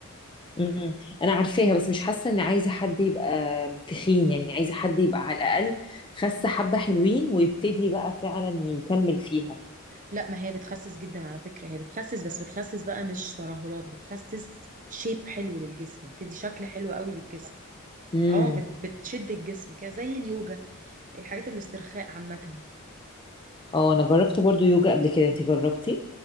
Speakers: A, on the left; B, on the right.
A: امم انا عارفاها بس مش حاسة ان عايزة حد يبقى تخين يعني عايزة حد يبقى على الاقل خس حبة حلوين ويبتدي بقى فعلا يكمل فيها
B: لا ما هي بتخسس جدا على فكره هي بتخسس بس بتخسس بقى مش ترهلات بتخسس شيب حلو للجسم بتدي شكل حلو قوي للجسم
A: امم
B: اه بت بتشد الجسم كده زي اليوجا الحاجات الاسترخاء عامة
A: اه انا جربت برضو يوجا قبل كده انت جربتي